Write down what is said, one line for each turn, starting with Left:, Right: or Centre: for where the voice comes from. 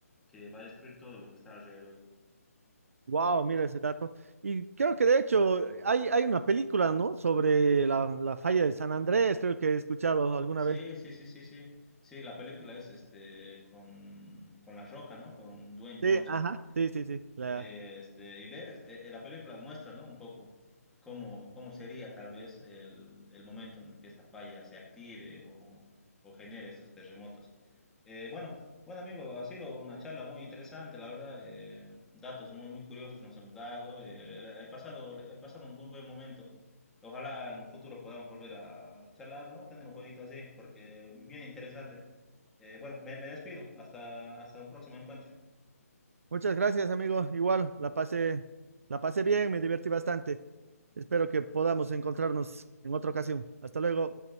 Centre: que va a destruir todo lo que está alrededor.
Right: wow, mira ese dato. Y creo que de hecho hay, hay una película, ¿no? Sobre la, la falla de San Andrés, creo que he escuchado alguna
Centre: Sí,
Right: vez.
Centre: sí, sí, sí, sí. Sí, la película es este con, con La Roca, ¿no? Con Dwayne
Right: Sí,
Centre: Johnson.
Right: ajá, sí, sí, sí. la-
Centre: eh, este, y ves, eh, eh, la película muestra, ¿no? Un poco cómo, cómo sería tal vez el, el momento en el que esta falla se active o, o genere estos terremotos. Eh, bueno, bueno amigo, ha sido una charla muy interesante, la verdad, eh, datos muy, muy curiosos nos hemos dado, eh, he pasado, he pasado un buen, buen momento. Ojalá en un futuro podamos volver a charlar, ¿no? Tener un jueguito así, porque bien interesante. Eh, bueno, me, me despido, hasta, hasta un próximo encuentro.
Right: Muchas gracias, amigo. Igual, la pasé, la pasé bien, me divertí bastante. Espero que podamos encontrarnos en otra ocasión. Hasta luego.